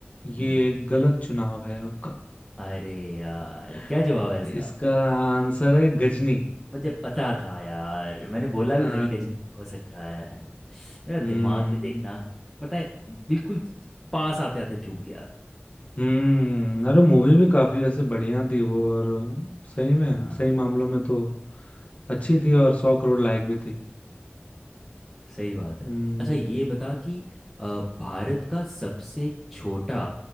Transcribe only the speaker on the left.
ये
एक गलत चुनाव है आपका
<laughs>
इसका आंसर है गजनी
अ,
हम्म
हम्म अरे मूवी भी काफी ऐसे बढ़िया थी वो और सही में
सही मामलों में तो अच्छी थी और सौ करोड़ लायक भी थी
हम्म